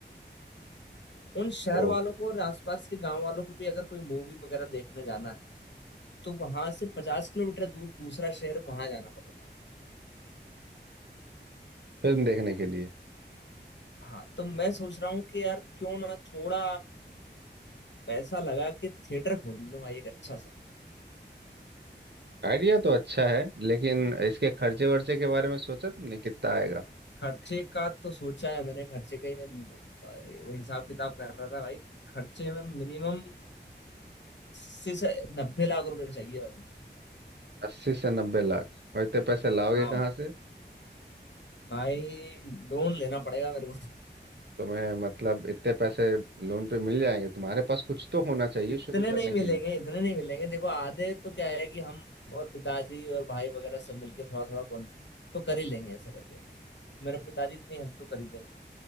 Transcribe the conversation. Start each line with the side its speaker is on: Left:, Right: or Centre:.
Left: उन शहर
Right: ओ
Left: वालों को और आसपास के गांव वालों को भी अगर कोई मूवी वगैरह देखने जाना है तो वहां से पचास किलोमीटर दूर दूसरा शहर वहां जाना पड़ता है
Right: फिल्म देखने के लिए
Left: हाँ तो मैं सोच रहा हूँ कि यार क्यों ना थोड़ा पैसा लगा के थिएटर खोल लूँ भाई एक अच्छा सा
Right: आइडिया तो अच्छा है लेकिन इसके खर्चे वर्चे के बारे में सोचा तुमने कितना आएगा
Left: खर्चे का तो सोचा है मैंने खर्चे का ही मैं वो हिसाब किताब कर रहा था भाई खर्चे में मिनिमम से से नब्बे लाख रुपए चाहिए भाई
Right: अस्सी से नब्बे लाख और इतने पैसे लाओगे
Left: हाँ
Right: कहाँ से
Left: भाई लोन लेना पड़ेगा मेरे को
Right: तुम्हें मतलब इतने पैसे लोन पे मिल जाएंगे तुम्हारे पास कुछ तो होना चाहिए
Left: इतने
Right: शुरू करने
Left: नहीं मिलेंगे
Right: के लिए
Left: इतने नहीं मिलेंगे देखो आधे तो क्या है कि हम और पिताजी और भाई वगैरह सब मिलके थोड़ा थोड़ा कौन तो कर ही लेंगे ऐसा करके मेरे पिताजी इतनी हेल्प तो कर ही देंगे